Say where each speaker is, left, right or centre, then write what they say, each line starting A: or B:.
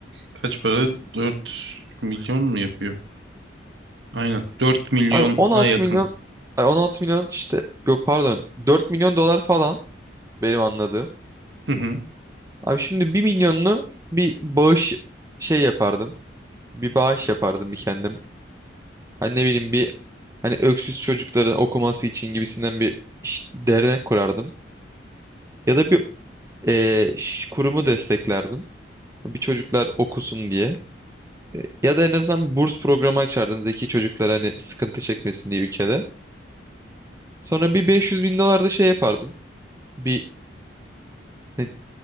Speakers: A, on the right (about 70°); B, on the right (about 15°).
A: kaç para? Dört milyon mu yapıyor? Aynen. dört milyona
B: Abi 16
A: yakın.
B: milyon ay 16 milyon işte yok pardon 4 milyon dolar falan benim anladığım.
A: Hı hı.
B: Abi şimdi bir milyonunu bir bağış şey yapardım. Bir bağış yapardım bir kendim. Hani ne bileyim bir hani öksüz çocukların okuması için gibisinden bir iş- dernek kurardım. Ya da bir eee, ş- kurumu desteklerdim. Bir çocuklar okusun diye. E, Ya da en azından bir burs programı açardım zeki çocuklara hani sıkıntı çekmesin diye ülkede. Sonra bir 500 bin dolar da şey yapardım. Bir <laughs>